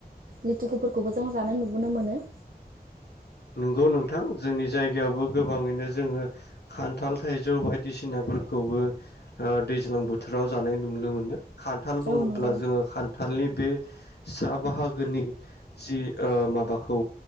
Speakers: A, on the right (about 60°); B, on the left (about 85°).
A: लिथुक फोरखौबो जों जानाय नुबोनो मोनो।
B: नंगौ नोंथां जोंनि जायगायावबो गोबाङैनो जोङो खान्थाल थाइजौ बायदिसिनाफोरखौबो ओ दैज्लां बोथोराव जानाय नुनो मोनो। खान्थाल बुङोब्ला
A: औ नंगौ
B: जोङो खान्थालनि बे सा बाहागोनि जि ओ माबाखौ